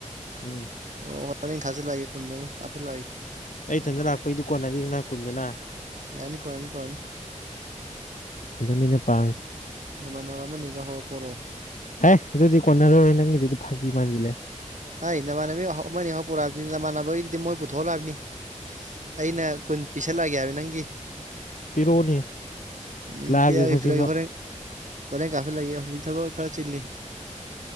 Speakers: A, on the left; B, on the right.
A: ꯎꯝ
B: ꯑꯣ ꯍꯣꯔꯦꯟ ꯊꯥꯖꯜꯂꯛꯑꯒꯦ ꯀꯨꯟꯗꯨꯃ ꯀꯥꯞꯁꯜꯂꯛꯑꯒꯦ
A: ꯑꯩ ꯏꯊꯟꯗ ꯂꯥꯛꯄꯩꯗꯤ ꯀꯣꯟꯅꯅꯤꯗꯅ ꯀꯨꯟꯗꯨꯅ
B: ꯌꯥꯅꯤ ꯀꯣꯟꯅꯅꯤ ꯀꯣꯟꯅꯤ
A: ꯑꯗꯨꯅꯤ ꯅꯨꯄꯥ ꯍꯥꯏꯁꯤ
B: ꯅꯃꯥꯟꯅꯕ ꯑꯃ ꯅꯤꯒ ꯍꯧꯔ ꯄꯣꯔꯛꯑꯣ
A: ꯍꯦꯏ ꯑꯗꯨꯗꯤ ꯀꯣꯟꯅꯔꯣꯏ ꯅꯪꯒꯤꯗꯨꯗꯤ ꯐꯥꯒꯤ ꯃꯥꯟꯖꯤꯜꯂꯛꯑꯦ
B: ꯍꯥꯏ ꯅꯃꯥꯟꯅꯕꯤ ꯍꯧ ꯑꯃ ꯑꯅꯤ ꯍꯧ ꯄꯨꯔꯛꯑꯣ ꯍꯥꯏꯕꯗꯤ ꯅꯃꯥꯟꯅꯕꯒꯤꯗꯨꯗꯤ ꯃꯣꯏ ꯄꯨꯊꯣꯛꯍꯜꯂꯣ ꯍꯥꯏꯕꯅꯤ ꯑꯩꯅ ꯀꯨꯟ ꯄꯤꯁꯜꯂꯛꯑꯒꯦ ꯍꯥꯏꯕ ꯅꯪꯒꯤ
A: ꯄꯤꯔꯛꯑꯣꯅꯦ
B: ꯎꯝ
A: ꯂꯥꯛꯑꯒꯦ
B: ꯄꯤꯔꯛꯑꯒꯦ
A: ꯍꯧꯖꯤꯛꯃꯛ
B: ꯄꯤꯔꯛꯑꯒꯦ ꯍꯣꯔꯦꯟ ꯍꯣꯔꯦꯟ ꯀꯞꯁꯜꯂꯛꯑꯒꯦ ꯍꯧꯖꯤꯛ ꯊꯕꯛ ꯈꯔ ꯆꯤꯜꯂꯤ